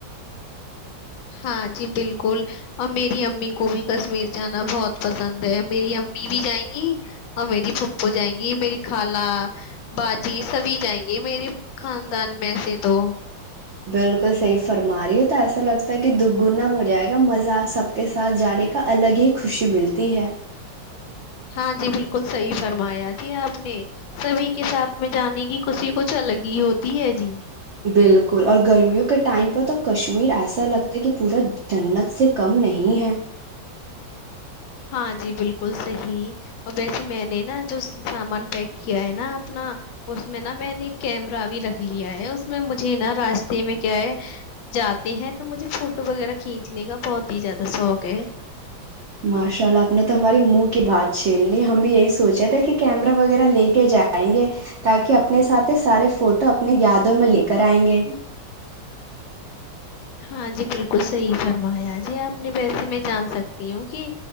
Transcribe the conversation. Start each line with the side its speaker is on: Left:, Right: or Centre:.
Left: ہاں جی بالکل اور میری امی کو بھی کشمیر جانا بہت پسند ہے میری امی بھی جائیں گی اور میری پھپو جائیں گی میری خالہ باجی سبھی جائیں گی میرے خاندان میں سے دو
Right: بالکل صحیح فرما رہی ہو تو ایسا لگتا ہے کہ دگنا ہو جائے گا مزہ سب کے ساتھ جانے کا الگ ہی خوشی ملتی ہے
Left: ہاں جی بالکل صحیح فرمایا جی آپ اپنے سبھی کے ساتھ میں جانے کی خش کچھ الگ ہی ہوتی ہے جی
Right: بالکل اور گرمیوں کے ٹائم پر تو کشمیر ایسا لگتا ہے کہ پورا جنت سے کم نہیں ہے
Left: ہاں جی بالکل صحیح اور ویسے میں نے نا جو سامان پیک کیا ہے نا اپنا اس میں نا میں نے ایک کیمرہ بھی رکھ لیا ہے اس میں مجھے نا راستے میں کیا ہے جاتے ہیں تو مجھے فوٹو وغیرہ کھینچنے کا بہت ہی زیادہ شوق ہے
Right: ماشاء اللہ آپ نے تو ہماراری منہ کی بات چھیل لی ہم بھی یہی سوچے تھے کہ کیمرا وغیرہ لے کے جائیں گے تاکہ اپنے ساتھ سارے فوٹو اپنی یادوں میں لے کر آئیں گے
Left: ہاں جی بالکل صحیح فرمایا جی آپ نے ویسے میں جان سکتی ہوں کہ